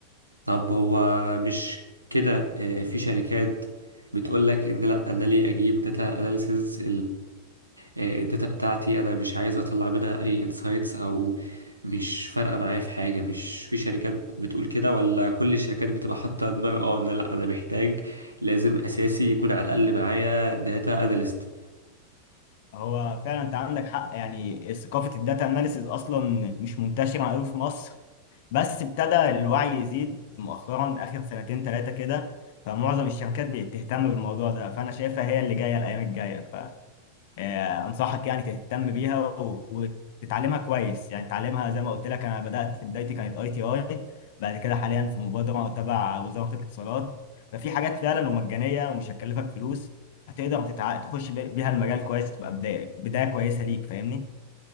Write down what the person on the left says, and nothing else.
هو فعلا انت عندك حق يعني ثقافه الداتا اناليسز اصلا مش منتشره قوي في مصر بس ابتدى الوعي يزيد مؤخرا اخر سنتين ثلاثه كده فمعظم الشركات بقت تهتم بالموضوع ده فانا شايفها هي اللي جايه الايام الجايه ف آه، انصحك يعني تهتم بيها و- وتتعلمها كويس يعني تعلمها زي ما قلت لك انا بدات بدايتي كانت اي تي اي بعد كده حاليا في مبادره تبع وزاره الاتصالات ففي حاجات فعلا ومجانيه ومش هتكلفك فلوس هتقدر تتع... تخش بي- بيها المجال كويس تبقى بدايه بدايه كويسه ليك فاهمني